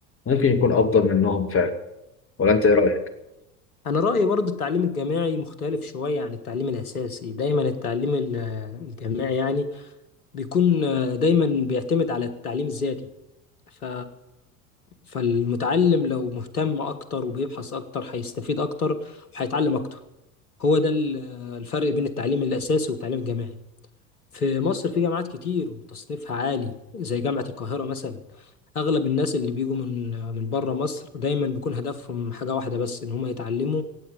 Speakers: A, on the left; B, on the left.
A: ممكن يكون أفضل منهم فعلا ولا أنت إيه رأيك؟
B: أنا رأيي برضو التعليم الجامعي مختلف شوية عن التعليم الأساسي دايما التعليم ال- الجامعي يعني بيكون آه، دايما بيعتمد على التعليم الذاتي ف... فالمتعلم لو مهتم أكتر وبيبحث أكتر هيستفيد أكتر وهيتعلم أكتر هو ده ال- الفرق بين التعليم الأساسي والتعليم الجامعي في مصر في جامعات كتير وتصنيفها عالي زي جامعة القاهرة مثلا اغلب الناس اللي بيجوا من من بره مصر دايما بيكون هدفهم حاجه واحده بس ان هم يتعلموا